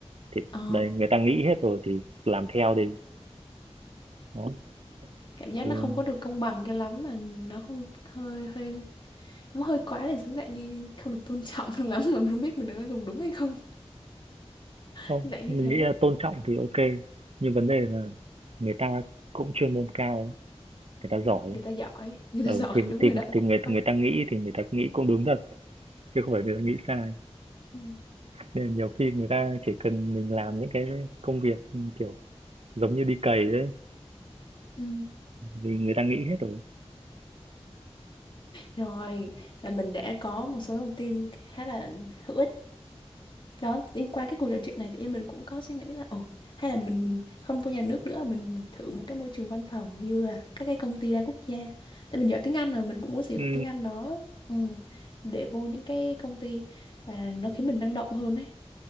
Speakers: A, on the right (about 65°); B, on the left (about 45°).
A: thì
B: ờ.
A: đây người ta nghĩ hết rồi thì làm theo đi đó
B: Cảm giác
A: thì
B: nó không có được công bằng cho lắm mà nó không hơi hơi nó hơi quá để giống dạng như không được tôn trọng <laughs> lắm mà mình không biết mình đã dùng đúng hay không. <laughs>
A: không
B: Dạng như
A: mình
B: thế.
A: nghĩ là tôn trọng thì ok nhưng vấn đề là người ta cũng chuyên môn cao ấy, người ta giỏi ấy.
B: người ta giỏi người
A: ừ
B: ta <laughs> giỏi
A: thì
B: đúng
A: thì
B: rồi đó
A: thì người
B: Quá-
A: người ta nghĩ thì người ta nghĩ cũng đúng thật chứ không phải người ta nghĩ sai
B: Ừ.
A: nên là nhiều khi người ta chỉ cần mình làm những cái công việc ừ, kiểu giống như đi cày đấy
B: Ừ.
A: thì người ta nghĩ hết rồi
B: Rồi, là mình đã có một số thông tin khá là hữu ích. Đó, liên qua cái cuộc trò chuyện này tự nhiên mình cũng có suy nghĩ là ồ, hay là mình không vô nhà nước nữa, mình thử một cái môi trường văn phòng như là các cái công ty đa quốc gia. Tại mình giỏi tiếng Anh rồi, mình cũng muốn sử dụng
A: ừ
B: tiếng Anh đó. Ừ, để vô những cái công ty và nó khiến mình năng động hơn ấy.